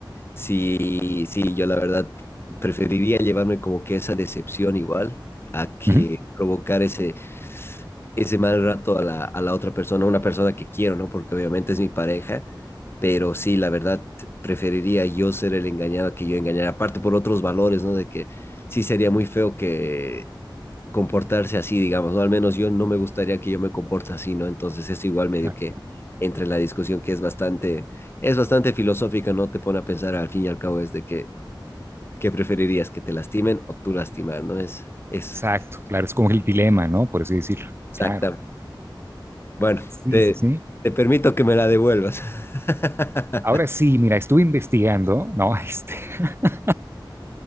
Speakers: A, on the left; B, on the right.
A: Sí, sí, yo la verdad preferiría llevarme como que esa decepción igual a que
B: Ujú,
A: provocar ese, ese mal rato a la, a la otra persona, una persona que quiero, ¿no? Porque obviamente es mi pareja, pero sí, la verdad preferiría yo ser el engañado que yo engañar, aparte por otros valores, ¿no? De que sí sería muy feo que comportarse así, digamos, o al menos yo no me gustaría que yo me comporte así, ¿no? Entonces es igual medio
B: claro.
A: que entre en la discusión que es bastante, es bastante filosófica, ¿no? Te pone a pensar al fin y al cabo es de que, ¿qué preferirías? ¿Que te lastimen o tú lastimar, ¿no? Es, es
B: Exacto, claro, es como el dilema, ¿no? Por así decirlo.
A: exacta.
B: Claro.
A: Bueno,
B: Sí,
A: te,
B: sí, sí.
A: te permito que me la devuelvas. <laughs>
B: Ahora sí, mira, estuve investigando, ¿no? Este, <laughs>